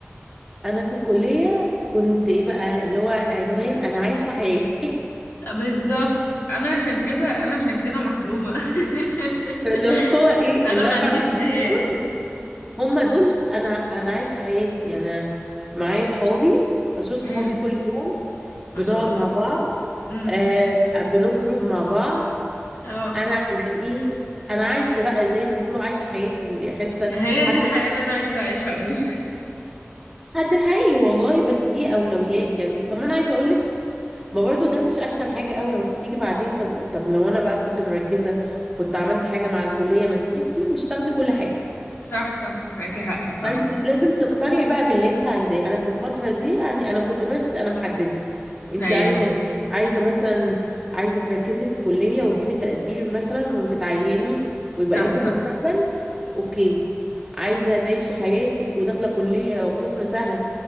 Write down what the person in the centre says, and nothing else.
انا في الكليه كنت ايه بقى اللي هو عنوان انا عايشه حياتي <laughs>
فاللي هو ايه
الاربع
سنين
دول هما دول انا انا عايشه حياتي انا معايا صحابي بشوف صحابي
كل يوم بنقعد
مع بعض
آه بنخرج مع بعض
انا يعني ايه انا عايشه بقى زي ما بيقولوا عايشه حياتي اللي حاسه
حتى
حتى الحقيقي والله بس هي اولويات يعني طب ما انا عايزه اقول لك ما برضو ده مش احسن حاجه قوي ما انت تيجي بعدين طب طب لو انا بقى كنت مركزه كنت عملت حاجه مع الكليه ما انت بصي مش تاخدي كل حاجه
فانت لازم تقتنعي بقى باللي انت عايزاه انا في الفتره دي يعني انا كنت بس انا محدده انت
عايزه ايه عايزه مثلا عايزه تركزي في الكليه وتجيبي تقدير مثلا وتتعيني ويبقى
ليكي
مستقبل اوكي عايزه تعيشي حياتك وداخله كليه وقسم سهل